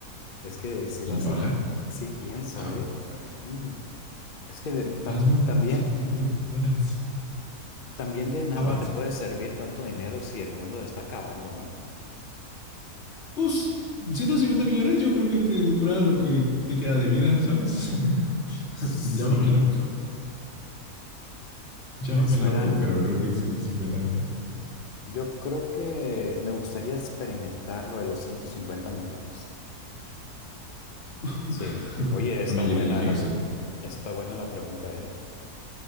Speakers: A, on the left; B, on the left.
A: es que sí
B: ¿Y
A: lo hace,
B: ahora?
A: sí pienso,
B: Ahora,
A: ¿eh?
B: ahora.
A: Mm, Es que de- tam-
B: Paz mundial,
A: también,
B: ciento cincuenta millones de dólares.
A: también de nada
B: Avance.
A: te puede
B: con-
A: servir tanto dinero si el mundo está acabando, ¿no?
B: Pues, 150 millones yo creo que te dura lo que te queda de vida, ¿sabes? <laughs>
A: Sí,
B: Llámame loco. Llámame
A: me suenan.
B: loco, pero creo que 150 millones. ¿sabes?
A: Yo creo que me gustaría experimentar lo de los 150 millones.
B: <laughs>
A: Sí. Oye, está
B: La mayoría
A: buena
B: eligió
A: la,
B: eso.
A: está buena la pregunta, ¿eh?